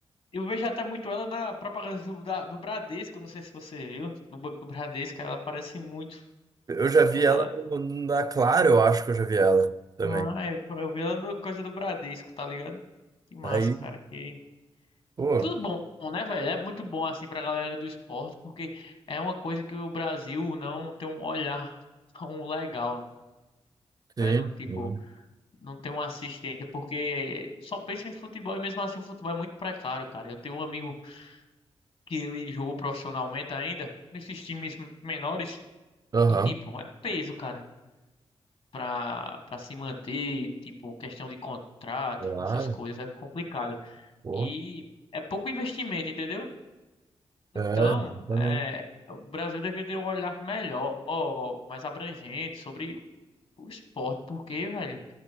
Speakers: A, on the left; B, on the right.
A: Eu vejo até muito ela na propaganda do, da- do Bradesco, não sei se você viu, do Banco do Bradesco, ela aparece muito.
B: Eu já vi
A: Ela.
B: ela no- na Claro, eu acho que eu já vi ela também.
A: Ah, eu, eu vi ela no coisa do Bradesco, tá ligado? Que massa,
B: Aí,
A: cara. Que,
B: pô,
A: que bom, né, velho? É muito bom, assim, pra galera do esporte, porque é uma coisa que o Brasil não tem um olhar tão legal,
B: sim,
A: né? No tipo,
B: sim.
A: não tem uma assistência, porque eh, só pensa em futebol e mesmo assim o futebol é muito precário, cara. Eu tenho um amigo que ele jogou profissionalmente ainda, nesses times menores.
B: Aham,
A: E tipo, é peso, cara, pra, pra se manter, tipo, questão de contrato,
B: claro,
A: essas coisas é complicado.
B: pô.
A: E é pouco investimento, entendeu? Então,
B: É, também.
A: é, o Brasil deveria ter um olhar melhor, mais abrangente sobre o esporte, porque, velho,